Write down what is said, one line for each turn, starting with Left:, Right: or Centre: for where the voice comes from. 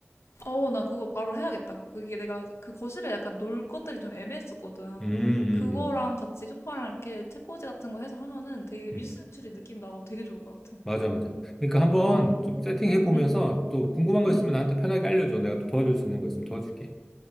Left: 어, 나 그거 바로 해야겠다. 그게 내가 그 거실에 약간 놀 것들이 좀 애매했었거든.
Centre: 음, 음,
Left: 그거랑
Centre: 음.
Left: 같이 소파랑 이렇게 책꽂이 같은 거 해서 하면은 되게
Centre: 음.
Left: 미술센츄리 느낌 나고 되게 좋을 것 같아.
Centre: 맞아, 맞아. 그러니까 한번
Left: 응,
Centre: 좀 세팅해 보면서
Left: 응,
Centre: 또 궁금한 거
Left: 응.
Centre: 있으면 나한테 편하게 알려줘. 내가 또 도와줄 수 있는 거 있으면 도와줄게.